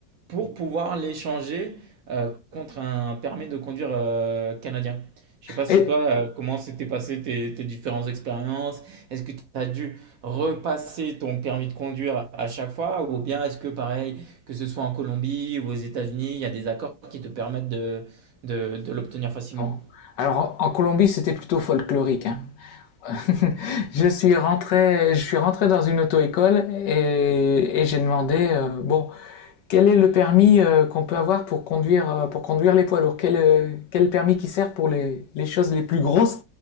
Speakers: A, on the right; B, on the left.
A: pour pouvoir l'échanger euh, contre un permis de conduire euh, canadien. Je sais pas si
B: Et
A: toi, euh, comment s'étaient passées tes, tes différentes expériences? Est-ce que tu as dû repasser ton permis de conduire à chaque fois? Ou bien est-ce que pareil, que ce soit en Colombie ou aux États-Unis, il y a des accords qui te permettent de, de, de l'obtenir facilement?
B: Non. Alors, en en Colombie, c'était plutôt folklorique, hein. <laughs> Je suis rentré, je suis rentré dans une auto-école et, et j'ai demandé, euh, bon, quel est le permis euh, qu'on peut avoir pour conduire, euh, pour conduire les poids lourds? Quel, euh, quel permis qui sert pour les, les choses les plus grosses